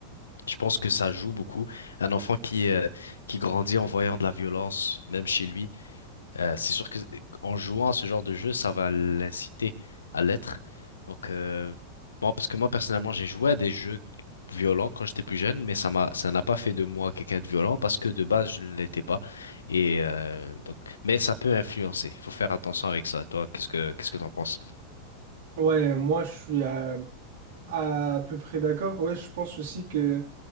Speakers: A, on the left; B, on the right.
A: Je pense que ça joue beaucoup. Un enfant qui, euh, qui grandit en voyant de la violence, même chez lui, euh, c'est sûr que en jouant à ce genre de jeu, ça va l'inciter à l'être. Donc, euh, moi, parce que moi personnellement, j'ai joué à des jeux violents quand j'étais plus jeune, mais ça m'a, ça n'a pas fait de moi quelqu'un de violent parce que de base, je ne l'étais pas. Et euh, donc, mais ça peut influencer. Il faut faire attention avec ça. Toi, qu'est-ce que, qu'est-ce que t'en penses?
B: Ouais, moi je suis à, à peu près d'accord. Ouais, je pense aussi que